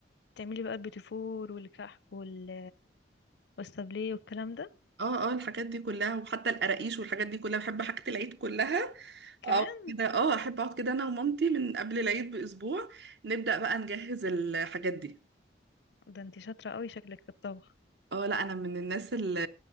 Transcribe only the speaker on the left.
تعملي بقى البيتيفور والكحك وال... والسابليه والكلام ده
كمان
<laughs>
ده انتي شاطره قوي شكلك في الطبخ